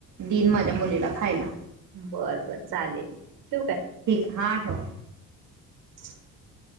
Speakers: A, on the right; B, on the right.
A: दिन माझ्या मुलीला खायला.
B: बर बर चालेल ठेवू काय.
A: ठीक. हा ठेवा.
B: <unintelligible>